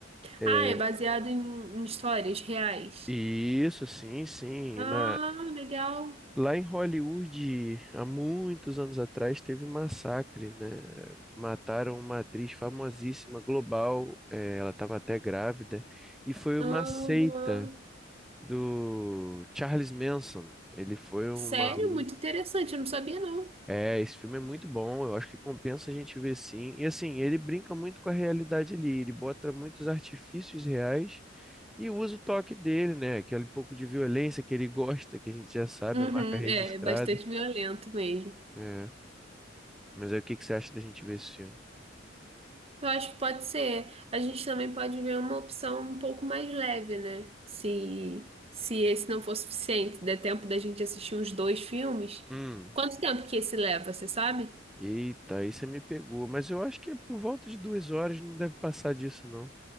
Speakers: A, in the centre; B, on the right.
A: É,
B: Ah, é baseado em, em histórias reais.
A: isso, sim, sim,
B: Ah,
A: na
B: legal.
A: Lá em Hollywood, há muitos anos atrás, teve um massacre, né? Mataram uma atriz famosíssima, global, é, ela estava até grávida, e foi uma
B: Aham.
A: seita. do Charles Manson. Ele foi um
B: Sério,
A: maluco.
B: muito interessante, eu não sabia, não.
A: É, esse filme é muito bom, eu acho que compensa a gente ver sim. E assim, ele brinca muito com a realidade ali, ele bota muitos artifícios reais e usa o toque dele, né? Aquele pouco de violência que ele gosta, que a gente já sabe,
B: Uhum,
A: é marca registrada.
B: é, é bastante violento mesmo.
A: É. Mas aí o que que você acha da gente ver esse filme?
B: Eu acho que pode ser. A gente também pode ver uma opção um pouco mais leve, né? Se, se esse não for suficiente, der tempo da gente assistir os dois filmes.
A: Hum,
B: Quanto tempo que esse leva, você sabe?
A: eita, aí você me pegou. Mas eu acho que é por volta de duas horas, não deve passar disso, não.